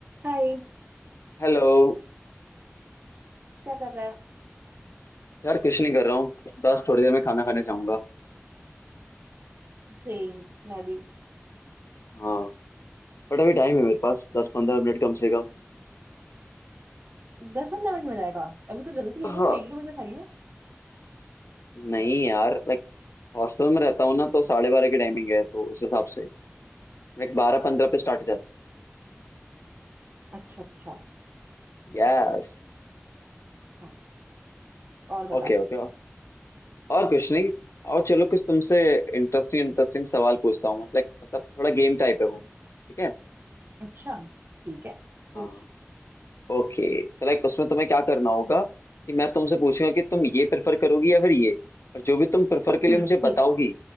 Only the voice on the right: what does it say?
हाय
क्या कर रहा है
सेम मैं भी
दस पंद्रह मिनट में जाएगा अभी तो जल्दी है
मतलब एक दो बजे खाई हो
अच्छा अच्छा
हाँ और बता
अच्छा ठीक है पूछ
हम्म
ठीक